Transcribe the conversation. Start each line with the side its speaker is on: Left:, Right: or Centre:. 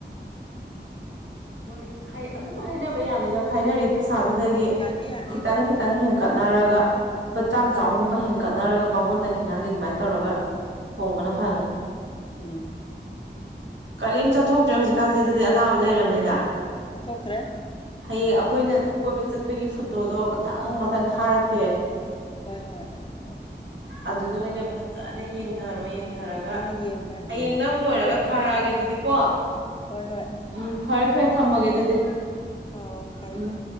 Right: ꯃꯣꯏ ꯑꯗꯨꯝ ꯍꯥꯏꯅꯕ ꯌꯥꯅꯤꯗ ꯈꯥꯏꯅꯔꯤꯕ ꯄꯩꯁꯥꯗꯨꯗꯒꯤ
Left: ꯌꯥꯅꯤ ꯌꯥꯅꯤ
Right: ꯈꯤꯇꯪ ꯈꯤꯇꯪ ꯍꯦꯟꯀꯠꯅꯔꯒ ꯂꯨꯄꯥ ꯆꯥꯝꯃ
Left: ꯑꯥ
Right: ꯆꯥꯝꯒꯨꯝꯕ ꯍꯦꯟꯀꯠꯅꯔꯒ ꯃꯕꯥꯉꯣꯟꯗ ꯈꯤꯠꯅꯈꯤ ꯑꯗꯨꯃꯥꯏꯅ ꯇꯧꯔꯒ ꯊꯣꯡꯕꯅ ꯐꯅꯤ
Left: ꯍꯣꯏ ꯎꯝ
Right: ꯀꯔꯤꯝ ꯆꯠꯊꯣꯛꯇ꯭ꯔꯦ ꯍꯧꯖꯤꯛꯀꯥꯟꯁꯤꯗꯗꯤ ꯑꯅꯥꯕ ꯂꯩꯔꯕꯅꯤꯅ
Left: ꯆꯠꯊꯣꯛꯇ꯭ꯔꯦ
Right: ꯍꯌꯦꯡ ꯑꯩꯈꯣꯏꯅ ꯀꯣꯏꯕ ꯆꯠꯄꯒꯤ ꯐꯣꯇꯣꯗꯣ ꯃꯊꯪ ꯃꯊꯪ ꯊꯥꯔꯛꯀꯦ
Left: ꯍꯣꯏ ꯍꯣꯏ ꯑꯗꯨ
Right: ꯑꯗꯨꯗ ꯑꯣꯏꯅ ꯐꯖꯅ ꯌꯦꯡꯊꯔꯣ ꯌꯦꯡꯊꯔꯒ
Left: ꯑꯗꯨꯗ ꯑꯣꯏꯅ ꯌꯦꯡꯕ ꯍꯥꯏꯗꯨꯅꯤ
Right: ꯍꯌꯦꯡ ꯅꯝ ꯂꯣꯏꯔꯒ ꯊꯥꯔꯛꯑꯒꯦ ꯑꯗꯨꯗꯤ ꯀꯣ
Left: ꯍꯣꯏ ꯍꯣꯏ
Right: ꯎꯝ ꯐꯔꯦ ꯐꯔꯦ ꯊꯝꯃꯒꯦ ꯑꯗꯨꯗꯤ
Left: ꯑꯣ ꯑꯣ ꯐꯔꯦ
Right: ꯎꯝ
Left: ꯐꯥꯏꯔ